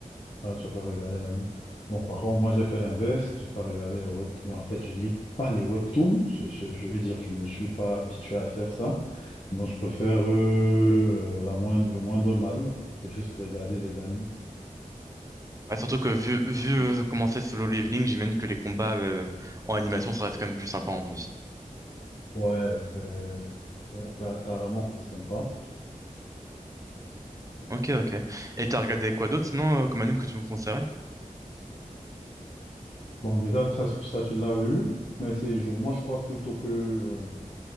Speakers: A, on the left; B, on the right.
A: Ah, tu as pas regardé l'anime. Bon, par contre, moi, j'ai fait l'inverse. J'ai pas regardé le webtoon. En fait, je lis pas les webtoons. Je, je- je vais dire, je me suis pas habitué à faire ça. Donc, je préfère euh, euh, la moindre, le moindre mal pour juste regarder les animes.
B: Ouais, surtout que vu, vu euh,
A: Donc,
B: comment c'est Solo Leveling, j'imagine que les combats euh, en animation, ça reste quand même plus sympa en plus.
A: ouais, c'est c'est cla- carrément, c'est sympa.
B: Ok, ok. Et t'as regardé quoi d'autre sinon euh, comme anime que tu me conseillerais?
A: Bon, déjà, ça, ça tu l'as eu, mais c'est, je, moi, je crois plutôt que euh,